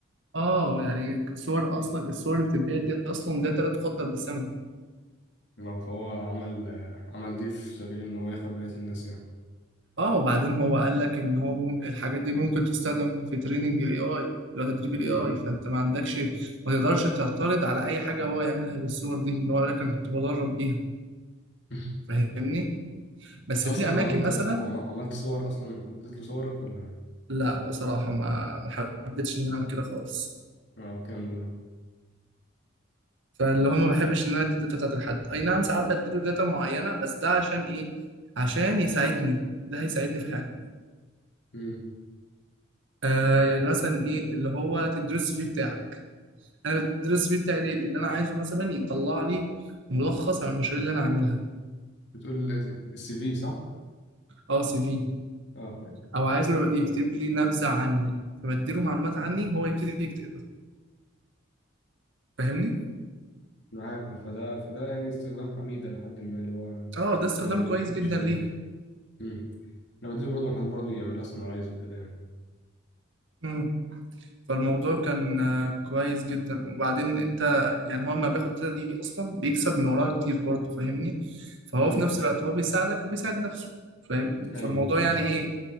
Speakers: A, on the right; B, on the left.
A: اه يعني صور اصلا الصور اللي بتتباع دي اصلا داتا لا تقدر بثمن
B: آه، فهو عمل آه، عمل دي في سبيل ان هو ياخد بقية الناس يعني
A: اه وبعدين هو قال لك ان هو مم... الحاجات دي ممكن تستخدم في تريننج الاي اي اللي هو تدريب الاي
B: مم.
A: اي فانت ما عندكش ما تقدرش تعترض على اي حاجه هو يعملها بالصور دي ان هو يقول لك انا كنت بدرب بيها
B: <laughs>
A: فاهمني بس
B: انت اصلا
A: في اماكن
B: عملت
A: مثلا
B: عم- عملت صور اصلا اديت له صورك ولا
A: لا بصراحه ما ما حبيتش ان انا اعمل كده خالص
B: اه كمل اه
A: فاللي هو ما بحبش ان انا ادي الداتا بتاعت لحد اي نعم ساعات بديله داتا معينه بس ده عشان ايه عشان يساعدني ده هيساعدني في حاجه
B: مم.
A: آه يعني مثلا ايه اللي هو تديله السي في بتاعك انا بدرس السي في بتاعي ليه؟ لان انا عايزه مثلا يطلع لي ملخص عن المشاريع اللي انا عاملها
B: بتقول السي في صح؟
A: اه سي في
B: اه آه.
A: او عايزه يكتب لي نبذه عني فبديله معلومات عني هو يبتدي يكتب فاهمني؟
B: معاك اه فده فده يعني استخدام حميدة لحد ما اللي هو ما
A: اه ده استخدام
B: ما
A: كويس
B: يجيش
A: جدا
B: عليك
A: ليه؟
B: مم. انا بديله برضه حد برضه يعملها سمرايز وكده يعني
A: امم فالموضوع كان آه، كويس جدا وبعدين انت يعني هو ما بياخد الداتا دي اصلا بيكسب من وراها كتير برضه فاهمني؟ فهو
B: مم.
A: في نفس الوقت هو بيساعدك وبيساعد نفسه فاهم؟
B: ايوه
A: فالموضوع
B: آه.
A: يعني ايه